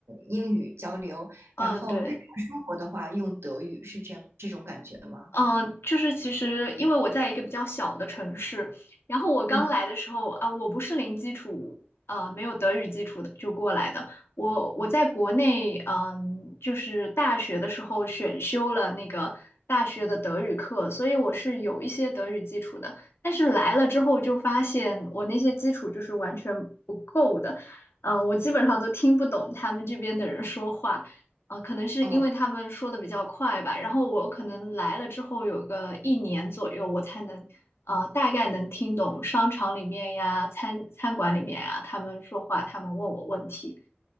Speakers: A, on the right; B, on the left.
A: 英语交流，
B: <laughs> 嗯，
A: 然后日常生活的话用德语，
B: 对。
A: 是这样这种感觉吗？
B: 嗯，呃就是其实因为我在一个比较小的城市，然后我刚来的时候啊，
A: 嗯，
B: 我不是零基础，呃，没有德语基础的就过来的。我我在国内，嗯，就是大学的时候选修了那个大学的德语课，所以我是有一些德语基础的。但是来了之后就发现我那些基础就是完全不够的，嗯，我基本上都听不懂他们这边的人说话。呃，可能是因为他们说的比较快吧，
A: 哦。
B: 然后我可能来了之后有个一年左右，我才能，呃，大概能听懂商场里面呀、餐餐馆里面呀，他们说话，他们问我问题。